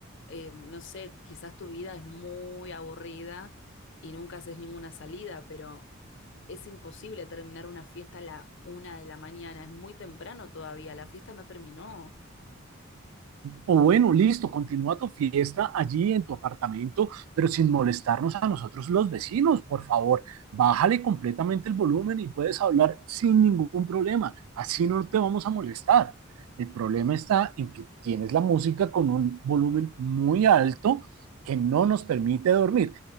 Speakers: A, on the left; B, on the right.
A: eh, no sé, quizás tu vida es muy aburrida y nunca haces ninguna salida, pero es imposible terminar una fiesta a la una de la mañana, es muy temprano todavía, la fiesta no terminó.
B: O bueno, listo, continúa tu fiesta allí en tu apartamento, pero sin molestarnos a nosotros los vecinos, por favor. Bájale completamente el volumen y puedes hablar sin ningún problema. Así no te vamos a molestar. El problema está en que tienes la música con un volumen muy alto que no nos permite dormir.